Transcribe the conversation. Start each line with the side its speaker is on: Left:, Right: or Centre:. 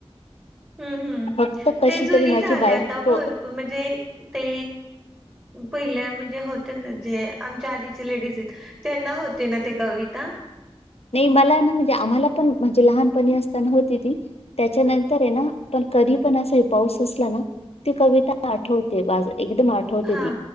Right: हम्म हम्म.
Left: फक्त कशी
Right: ते जुनी
Left: तरी माझी
Right: झाले
Left: बायको
Right: आता भरपूर म्हणजे ते पहिलं म्हणजे होत ना जे आमच्या आधीचे लेडीज आहेत त्यांना होते ना ते कविता.
Left: नाही मला ना म्हणजे आम्हाला पण म्हणजे लहानपणी असताना होती ती. त्याच्यानंतर आहे ना, पण कधी पण असा पाऊस असला ना ती कविता आठवते बाज एकदम आठवते
Right: हा
Left: ती.